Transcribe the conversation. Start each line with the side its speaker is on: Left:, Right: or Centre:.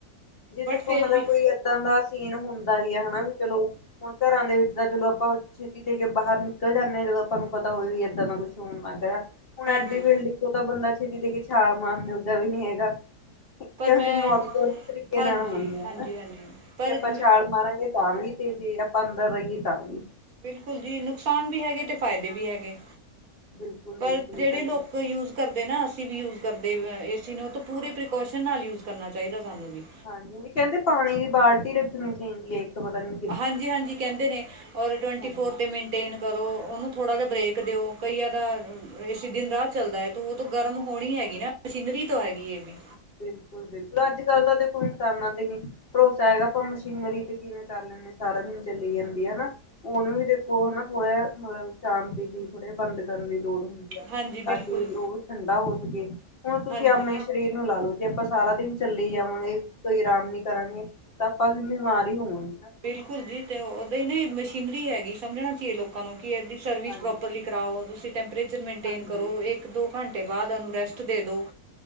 Left: ਜੇ ਦੇਖੋ
Right: ਬਟ ਫਿਰ
Left: ਮਤਲਬ
Right: ਵੀ
Left: ਕੋਈ ਇਦਾਂ ਇਦਾਂ ਦਾ ਸੀਨ ਹੁੰਦਾ ਵੀ ਹੈ ਹਨਾ ਵੀ ਚਲੋ ਹੁਣ ਘਰਾਂ ਦੇ ਵਿੱਚ ਤਾਂ ਚਲੋ ਆਪਾਂ ਛੇਤੀ ਦੇ ਕੇ ਬਾਹਰ ਨਿਕਲ ਜਾਂਦੇ ਆ ਜਦੋਂ ਆਪਾਂ ਨੂੰ ਪਤਾ ਹੋਵੇ ਵੀ ਏਦਾਂ ਦਾ ਕੁਛ ਹੋਣ ਲੱਗ ਰਿਹਾ ਹੁਣ
Right: ਹਾਂਜੀ
Left: ਐਡੀ ਬਿਲਡਿੰਗ ਓਹੋ ਤਾਂ ਬੰਦਾ ਛੇਤੀ ਦੇ ਕੇ ਛਾਲ ਮਾਰਨ ਜੋਗਾ ਵੀ ਨੀ ਹੈਗਾ। ਕਿਉਂਕਿ
Right: ਪਰ ਮੈਂ
Left: ਮੌਤ ਦੋਨੇ ਤਰੀਕੇ
Right: ਹਾਂਜੀ-ਹਾਂਜੀ-ਹਾਂਜੀ
Left: ਨਾਲ ਹੋਣੀ ਆ ਹਨਾ
Right: ਪਰ
Left: ਜੇ ਆਪਾਂ ਛਾਲ ਮਾਰਾਂਗੇ ਤਾਂ ਵੀ ਤੇ ਜੇ ਅੰਦਰ ਰਹੀਏ ਤਾਂ ਵੀ
Right: ਬਿਲਕੁਲ ਜੀ ਨੁਕਸਾਨ ਵੀ ਹੈਗੇ ਤੇ ਫ਼ਾਇਦੇ ਵੀ ਹੈਗੇ।
Left: ਬਿਲਕੁਲ-ਬਿਲਕੁਲ
Right: ਪਰ ਜਿਹੜੇ
Left: ਇਹ ਤਾਂ ਗੱਲ
Right: ਲੋਕ ਯੂਜ ਕਰਦੇ ਨਾ ਅਸੀਂ ਵੀ ਯੂਜ ਕਰਦੇ ਏ ਸੀ ਨੂੰ ਤਾਂ ਪੂਰੇ ਪ੍ਰੀਕੋਸ਼ਨ ਨਾਲ ਯੂਜ਼ ਕਰਨਾ ਚਾਹੀਦਾ ਸਾਨੂੰ ਵੀ
Left: ਹਾਂਜੀ ਕਹਿੰਦੇ ਪਾਣੀ ਦੀ ਬਾਲਟੀ ਰੱਖਣੀ ਚਾਹੀਦੀ ਹੈ ਇੱਕ ਪਤਾ ਨੀ
Right: ਹਾਂਜੀ -ਹਾਂਜੀ ਕਹਿੰਦੇ ਨੇ ਔਰ ਟਵੈਂਟੀ
Left: ਹਾਂਜੀ
Right: ਫੋਰ ਤੇ ਮਨਟੇਨ ਕਰੋ ਉਹਨੂੰ ਥੋੜਾ ਜਿਹਾ ਬ੍ਰੇਕ ਦਿਓ ਕਈਆਂ ਦਾ ਏਸੀ ਦਿਨ ਰਾਤ ਚੱਲਦਾ ਹੈ ਤੇ ਉਹ ਤਾਂ ਗਰਮ ਹੋਣੀ ਹੈਗੀ ਨਾ। ਮਸ਼ੀਨਰੀ ਤੋ ਹੈਗੀ ਇਹ ਵੀ
Left: ਬਿਲਕੁਲ -ਬਿਲਕੁਲ ਲੱਜ ਗੱਲ ਦਾ ਦੇਖੋ ਇਨਸਾਨਾਂ ਤੇ ਨ ਭਰੋਸਾ ਹੈਗਾ ਆਪਾਂ ਮਸ਼ੀਨਰੀ ਤੇ ਕਿਵੇਂ ਕਰ ਲੈਂਣੇ। ਸਾਰਾ ਦਿਨ ਚਲੀ ਜਾਂਦੀ ਹੈ ਨਾ। ਉਹਨੂੰ ਵੀ ਦੇਖੋ ਹਨਾ ਥੋੜਾ ਮਤਲਬ ਸ਼ਾਂਤੀ ਦੀ ਥੋੜ੍ਹੇ ਬੰਦ ਕਰਨ ਦੀ ਲੋੜ ਹੁੰਦੀ।
Right: ਹਾਂਜੀ
Left: ਤਾਂ
Right: ਬਿਲਕੁਲ
Left: ਕਿ ਉਹ ਵੀ ਠੰਡਾ ਹੋ ਸਕੇ ਹੁਣ ਤੁਸੀਂ
Right: ਹਾਂਜੀ
Left: ਆਪਣੇ ਸਰੀਰ ਲਾ ਲਓ ਜੇ ਆਪਾਂ ਸਾਰਾ ਦਿਨ ਚੱਲੀ ਜਾਵਾਂਗੇ ਕੋਈ ਆਰਾਮ ਨੀ ਕਰਾਂਗੇ‌। ਤਾਂ ਆਪਾਂ ਵੀ ਬਿਮਾਰ ਹੀ ਹੋਵਾਂਗੇ ਨਾ।
Right: ਬਿਲਕੁਲ ਜੀ, ਤੇ ਉਹਦਾ ਹੀ ਨਾ ਮਸ਼ੀਨਰੀ ਹੈਗੀ ਸਮਝਣਾ ਚਾਹੀਏ ਲੋਕਾਂ ਨੂੰ ਕਿ ਇਹਦੀ ਸਰਵਿਸ
Left: ਹਾਂਜੀ
Right: ਪ੍ਰੋਪਰਲੀ ਕਰਾਓ ਤੁਸੀਂ ਟੈਂਪਰੇਚਰ ਮੇਨਟੇਨ
Left: ਹਾਂਜੀ
Right: ਕਰੋ ਇੱਕ ਦੋ ਘੰਟੇ ਬਾਅਦ ਉਹਨੂੰ ਰੈਸਟ ਦੇ ਦਿਉ